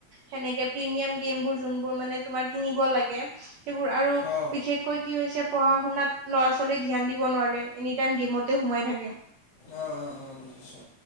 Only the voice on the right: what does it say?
সেনেকে প্ৰিমিয়াম গেম বোৰ যোনবোৰ মানে তোমাৰ কিনিব লাগে সেইবোৰ আৰু
বিশেষ কৈ কি হৈছে পঢ়া শুনাত ল'ৰা ছোৱালী ধ্যান দিব নোৱাৰে এনি টাইম গেমতে সোমাই থাকিম।